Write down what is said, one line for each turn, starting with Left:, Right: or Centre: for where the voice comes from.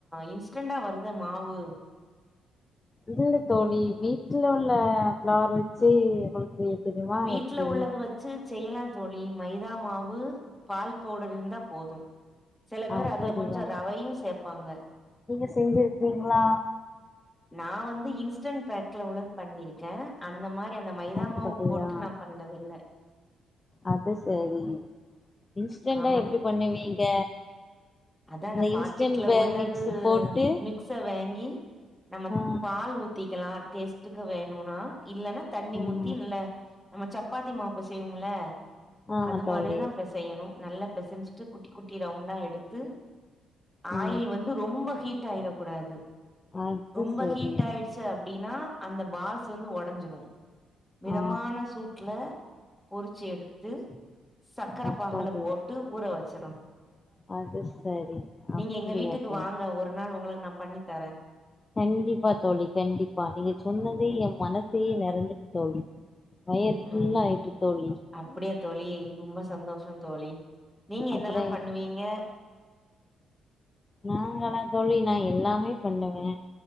Centre: இன்ஸ்டண்டா வருத மாவு
Left: இல்ல தோழி வீட்டுல உள்ள பிளார் வச்சி உங்களுக்கு தெரியுமா
Centre: வீட்டுல
Left: எப்டி
Centre: உள்ளது வச்சி செய்யலா தோழி மைதா மாவு பால் பவுடர் இருந்தா போது செல பேர்
Left: அப்படியா
Centre: அதுல கொஞ்சோ ரவையு சேப் பாங்க
Left: நீங்க செஞ்சிருக்கீங்களா
Centre: நா வந்து இன்ஸ்டன்ட் பேக்ல உள்ளது பண்ணிருக் கே அந்த மாரி அந்த மைதா
Left: அப்படியா
Centre: மாவு ஒட்டு நா பண்ணது இல்ல
Left: அது சரி இன்ஸ்டன்டா
Centre: ஆமா
Left: எப்படி பண்ணுவீங்க
Centre: அதான் அந்த
Left: இன்ஸ்டன்ட்
Centre: பாக்கெட்ல
Left: பே
Centre: உள்ளது
Left: மிக்ஸ் போட்டு
Centre: மிக்ஸ வெங்கி நம்ம
Left: ஆ
Centre: பால் ஊத்திக்கலா டேஸ்ட்டுக்கு வேணுன்னா இல்லன்னா தண்ணி
Left: ம்
Centre: ஊத்தி இல்ல நம்ம சப்பாத்தி மாவு பிசைவோம்ல
Left: ஆமா
Centre: அது
Left: தோழி
Centre: மாரியேதா பெசெய்யணு பிசஞ்சுட்டு குட்டி குட்டி ரவுண்டா எடுத்து
Left: ஆ
Centre: ஆயில் வந்து ரொம்ப ஹீட் டாயிரக்கூடாது
Left: அது
Centre: ரொம்ப
Left: சரி
Centre: ஹீட் ஆயிடுச்சு அப்டினா அந்த பால்ஸ் வந்து ஒடஞ்சுரு மிதமான
Left: ஆ
Centre: சூட்ல பொறிச்சி எடுத்து சக்கர
Left: அப்படி
Centre: பாகுல போட்டு ஊற வச்சிரனு
Left: அது சரி
Centre: நீங்க
Left: அப்புடியா
Centre: எங்க வீட்டுக்கு
Left: தோழி
Centre: வாங்க ஒரு நாள் உங்களுக்கு நா பண்ணி தரே
Left: கண்டிப்பா தோழி கண்டிப்பா நீங்க சொன்னதே எ மன சே நெறஞ்சிட்டு தோழி வயறு
Centre: ம்
Left: ஃபுல்லாயிட்டு
Centre: ம்
Left: தோழி
Centre: அப்டியா தோழி ரொம்ப சந்தோஷொ தோழி நீங்க
Left: அப்புறம்
Centre: என்னெல்லா பண்ணுவீங்க
Left: நாங்களா தோழி நா எல்லாமே பண்ணுவே